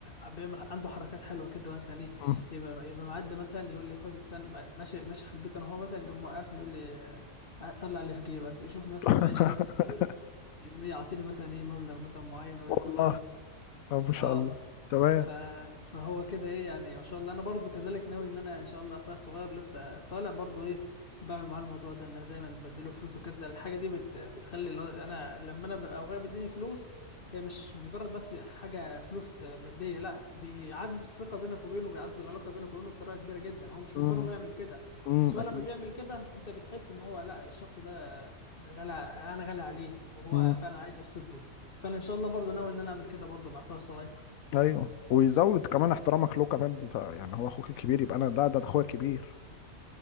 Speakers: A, on the left; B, on the left.
A: آه، بيعمل عنده حركات حلوه كده مثلا ايه
B: مم.
A: يبقى يبقى معدي مثلا يقول لي خد استنى ماشي ماشي في البيت انا هو مثلا يقوم موقفني يقول لي آه، طلع اللي في جيبك يشوفني مثلا
B: <laughs>
A: معيش فلوس كتير يقوم إيه يعطيني مثلا ايه مبلغ مثلا معين ويقول
B: والله
A: لي خد خلي
B: طب ما شاء
A: اه
B: الله تمام
A: ف... فهو كده ايه يعني ما شاء الله انا برضو كذلك ناوي ان انا ان شاء الله اخويا الصغير لسه طالع برضو ايه بعمل معاه الموضوع ده ان انا دايما بديله فلوس وكده الحاجه دي بت... بتخلي لا- انا لما انا ببقى اخويا بيديني فلوس هي مش مجرد بس حاجه فلوس ماديه لا بيعزز الثقه بينك وبينه بيعزز العلاقه بينك وبينه بطريقه كبيره جدا هو مش
B: مم.
A: مضطر انه يعمل كده
B: مم.
A: بس هو
B: اكيد
A: لما بيعمل كده انت بتحس ان هو لا الشخص ده غالي انا غالي عليه وهو
B: مم.
A: فعلا عايز يبسطني فانا ان شاء الله برضو ناوي ان انا اعمل كده برضو مع اخويا الصغير
B: ايوه ويزود كمان احترامك له كمان ف- يعني هو اخوك الكبير يبقى انا ده ده ده اخويا الكبير